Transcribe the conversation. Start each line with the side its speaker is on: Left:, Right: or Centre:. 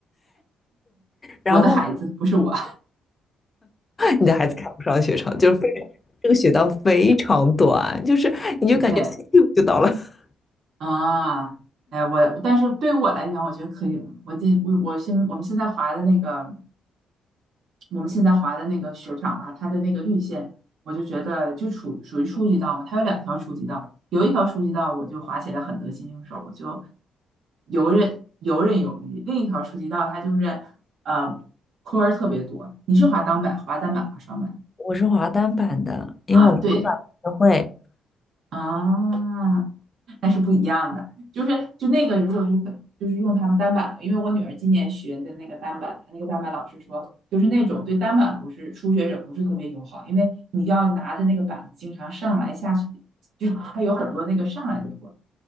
Left: 然后
Right: 我的孩子不是我。
Left: 你的孩子看不上的雪场，就是非常这个雪道非常短，就是你就感觉
Right: OK，
Left: <laughs> 咻就到了。<laughs>
Right: 啊，哎呀我，但是对于我来讲，我觉得可以了。我今我我现我们现在划的那个，我们现在划的那个雪场吧，它的那个绿线，我就觉得就处属于初级道嘛，它有两条初级道，有一条初级道我就滑起来很得心应手，我就游刃游刃有余。另一条初级道它就是呃坡儿特别多，你是滑单板、滑单板、滑双板
Left: 我是滑单板的，因为我双板不会。
Right: 啊？对，啊，那是不一样的。就是就那个，如果是可就是用他们单板的因为我女儿今年学的那个单板，她那个单板老师说，就是那种对单板不是初学者不是特别友好，因为你要拿着那个板子经常上来下去，就它有很多那个上来的坡，